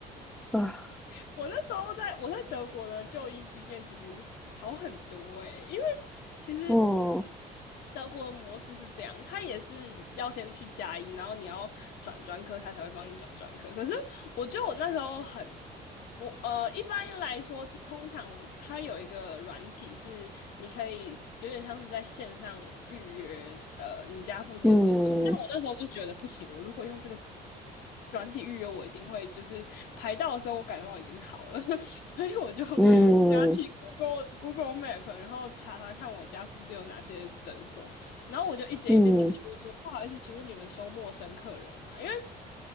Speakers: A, in the centre; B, on the left.
A: 啊，
B: <laughs> 我那时候在我在德国的就医经验其实好很多哎、欸因为其实
A: 哦，
B: 德国的模式是这样，他也是要先去加一，然后你要转专科，他才会帮你转专科。可是我觉得我那时候很，我呃，一般来说，通常他有一个软体是你可以有点像是在线上预约，呃，你家附近的诊所。
A: 嗯
B: 但我那时候就觉得不行，我如果用这个软体预约，我一定会就是排到的时候，我感冒已经好了。<laughs> 所以所以我就拿起
A: 嗯
B: Google Google Map，然后查查看我家附近有哪些诊所，然后我就一间一间打去问说，
A: 嗯，
B: 不好意思，请问你们收陌生客人吗？因为